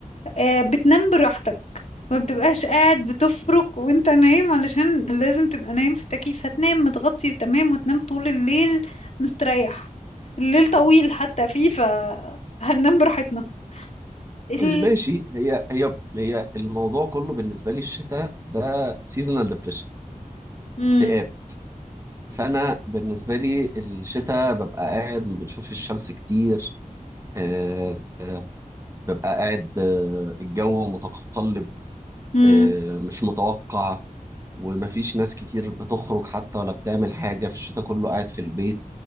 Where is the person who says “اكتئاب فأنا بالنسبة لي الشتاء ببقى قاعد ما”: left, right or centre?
Right